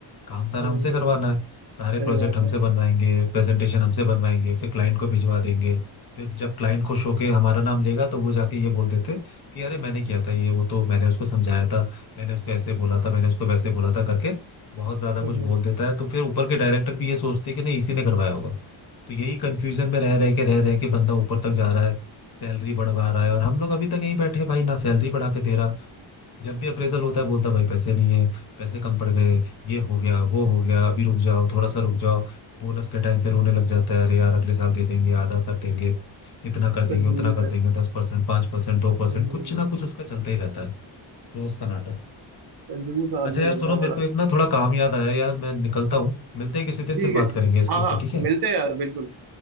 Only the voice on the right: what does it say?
हम्म
सही
बात
है
हम्म
कंजूस
है
हम्म
कंजूस आदमी
लग
रहा है
बड़ा
ठीक
है
ठीक
है
हाँ
हाँ
मिलते हैं यार बिल्कुल